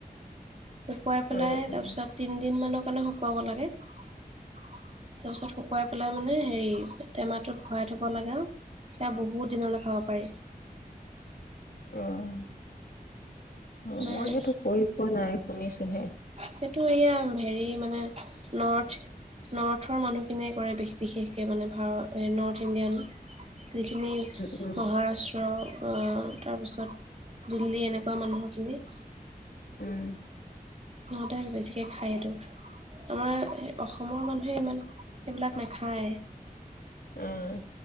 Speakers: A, on the right; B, on the left.
A: শুকুৱাই পেলাই
B: উম, উম,
A: তাৰ পিছত তিন দিন মানক কাৰণে শুকুৱাব লাগে তাৰপিছত শুকুৱাই পেলাই মানে হেৰি টেমাটোত ভৰাই থ'ব লাগে আৰু সেয়া বহুত দিনলৈ খাব পাৰি
B: আঁহ অ'
A: মানে
B: মই সেইটো কৰি পোৱা নাই। ঊনৈছশহে
A: সেইটো এয়া হেৰি মানে নৰ্থ নৰ্থৰ মানুহখিনিয়ে কৰে বিশেষকৈ মানে নৰ্থ ইণ্ডিয়ান যিখিনি
B: উম,
A: মহাৰাষ্ট্ৰ তাৰপিছত দিল্লী এনেকুৱা মানুহখিনি
B: উম!
A: সিহঁতে বেছিকৈ খায় সেইটো, আমাৰ অসমৰ মানুহে ইমান, সেইবিলাক নাখায়।
B: অ'